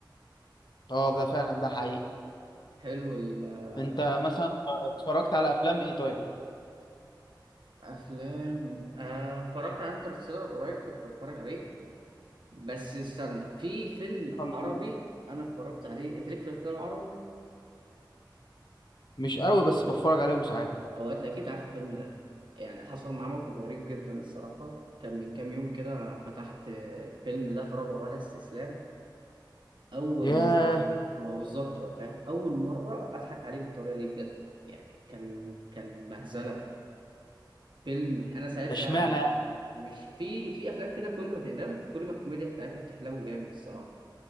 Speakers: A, on the left; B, on the right.
A: اه ده فعلا ده حقيقي
B: حلو ال-
A: انت مثلا اتفرجت على افلام ايه طيب؟
B: الافلام آه، اتفرجت على انترستيلر قريب كنت بتفرج عليه بس استنى في فيلم
A: فنون.
B: عربي انا اتفرجت عليه انت ليك في الافلام العربي
A: مش قوي بس بتفرج عليهم ساعات
B: او انت اكيد عارف الفيلم ده يعني حصل معاه موقف غريب جدا الصراحه كان من كام يوم كده فتحت آه، فيلم لا تراجع ولا استسلام اول
A: ياه
B: م... ما بالظبط بقى فاهم اول مره اضحك عليه بالطريقه دي بجد يعني كان كان مهزله فيلم انا ساعتها
A: ده اشمعنى يعني؟
B: مش في في افلام كده كل ما تقدم كل ما الكوميديا بتاعتها بتحلو جامد الصراحه